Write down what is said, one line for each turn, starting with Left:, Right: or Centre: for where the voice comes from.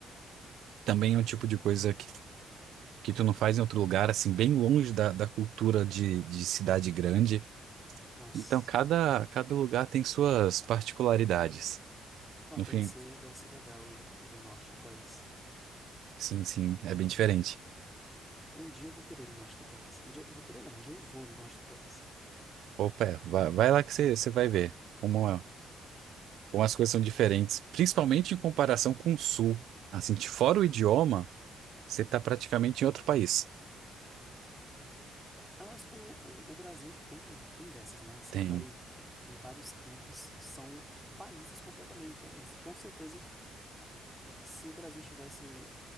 Right: também é um tipo de coisa que, que tu não faz em outro lugar, assim, bem longe da, da cultura de, de cidade grande.
Centre: Nossa.
Right: Então, cada, cada lugar tem suas particularidades.
Centre: Não,
Right: No
Centre: deve
Right: fim,
Centre: ser, deve ser legal ir, ir no norte do país.
Right: sim, sim, é bem diferente.
Centre: Um dia eu vou querer ir no norte do país. Um dia eu vou querer, não. Um dia eu vou no norte do país.
Right: Opa, é, vai, vai lá que você você vai ver como, é- como as coisas são diferentes, principalmente em comparação com o Sul. Assim, de fora o idioma. Você está praticamente em outro país.
Centre: A nossa, o, o, o Brasil, ele tem, tem dessas, né? Você
Right: Tem,
Centre: vai em vários cantos, são países completamente diferentes. Com certeza, se o Brasil estivesse